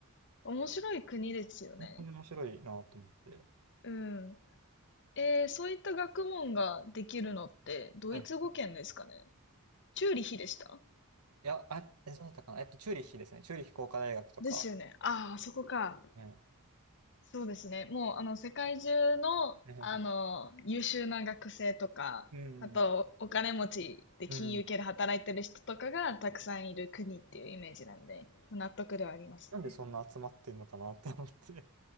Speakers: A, on the left; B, on the right.
A: 面白い国ですよね。
B: 本当に面白いなと思って。
A: うん。えー、そういった学問ができるのってドイツ語圏ですかね。
B: はい
A: チューリヒでした
B: いや、あ、え、そうだったかな。えっと、チューリッヒですね。チューリッヒ工科大学とか。
A: ですよね。ああ、あそこか。
B: はい。
A: そうですね。もう、あの、世界中の、
B: <laughs>
A: あの、優秀な学生とか、
B: うん。
A: あと、お金持ちで金融系で働いてる人とかがたくさんいる国っていうイメージなんで、
B: うん。
A: 納得ではありますね。
B: なんでそんな集まってんのかなと思って。